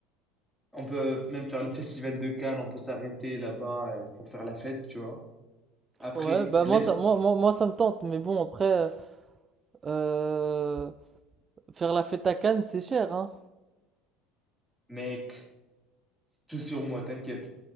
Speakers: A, in the centre; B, on the right (about 30°).
A: On peut même faire le festival de Cannes, on peut s'arrêter là-bas euh, pour faire la fête, tu vois. Après,
B: Ouais, bah,
A: laisse,
B: moi, ça, moi, moi, moi, ça me tente, mais bon, après, euh, faire la fête à Cannes, c'est cher, hein.
A: mec, tout sur moi, t'inquiète.